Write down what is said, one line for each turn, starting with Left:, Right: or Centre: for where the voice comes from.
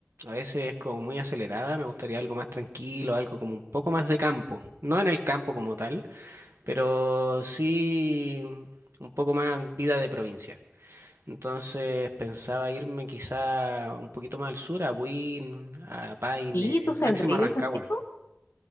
Right: a veces es como muy acelerada, me gustaría algo más tranquilo, algo como un poco más de campo. No en el campo como tal. pero sí un poco más vida de provincia. Entonces pensaba irme quizá un poquito más al sur, a Buin, a Paine,
Left: ¿Y tú saldréis
Right: máximo a Rancagua.
Left: de Santiago?